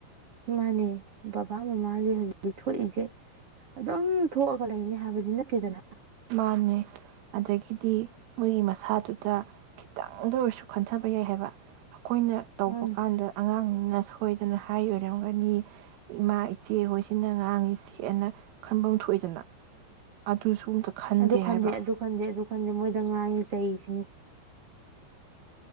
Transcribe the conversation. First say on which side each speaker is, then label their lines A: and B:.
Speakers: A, on the right; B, on the right.
A: ꯃꯥꯅꯦ ꯕꯕꯥ ꯃꯃꯥꯁꯦ ꯍꯧꯖꯤꯛꯇꯤ ꯊꯣꯛꯏꯁꯦ ꯑꯗꯨꯝ ꯊꯣꯛꯑꯒ ꯂꯩꯅꯤ ꯍꯥꯏꯕꯗꯤ ꯅꯠꯇꯦꯗꯅ꯫
B: ꯃꯥꯅꯦ ꯑꯗꯒꯤꯗꯤ ꯃꯣꯏꯒꯤ ꯃꯁꯥꯗꯨꯗ ꯈꯤꯇꯪꯗ ꯑꯣꯏꯔꯁꯨ ꯈꯟꯊꯕ ꯌꯥꯏ ꯍꯥꯏꯕ꯫ ꯑꯩꯈꯣꯏꯅ ꯇꯧꯕ
A: ꯃꯥꯅꯦ
B: ꯀꯥꯟꯗ ꯑꯉꯥꯡꯁꯤꯡꯅ꯫ ꯁꯣꯏꯗꯅ ꯍꯥꯏ ꯑꯣꯏꯔꯝꯒꯅꯤ ꯏꯃꯥ ꯏꯆꯦ ꯍꯣꯏꯁꯤꯅ ꯉꯥꯡꯉ ꯁꯦꯅ ꯈꯟꯐꯝ ꯊꯣꯛꯏꯗꯅ ꯑꯗꯨꯁꯨ꯫ ꯑꯝꯇ
A: ꯑꯗꯨ ꯈꯟꯗꯦ
B: ꯍꯥꯏꯕ
A: ꯑꯗꯨ ꯈꯟꯗꯦ ꯑꯗꯨ꯫ ꯑꯩꯈꯣꯏꯗꯦ ꯃꯣꯏꯗ ꯉꯥꯡꯉꯤ ꯆꯩꯁꯤꯅꯤ꯫